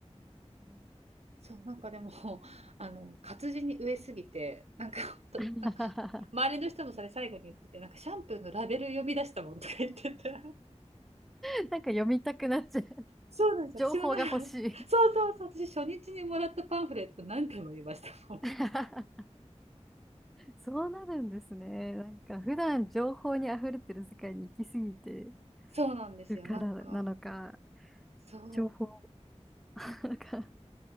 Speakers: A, in the centre; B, on the right.
A: ん
B: そう、なんかでも、<laughs> あの、活字に飢えすぎて、なんか、<laughs> ほんと、
A: <laughs>
B: なんか周りの人もそれ最後に言ってて、
A: な
B: なんか、シャンプーのラベル読み出したもんとか言ってて
A: んか読みたくなっちゃう。
B: そうなんですよ。
A: 情報が欲しい。
B: 私もなんか <laughs> そうそうそう、私初日にもらったパンフレット何回も見ましたもん。
A: <laughs> そうなるんですね。なんか普段情報に溢れてる世界に行き過ぎて
B: そうなんですよ。
A: るからなのか、
B: なんか、そ
A: 情報なのか。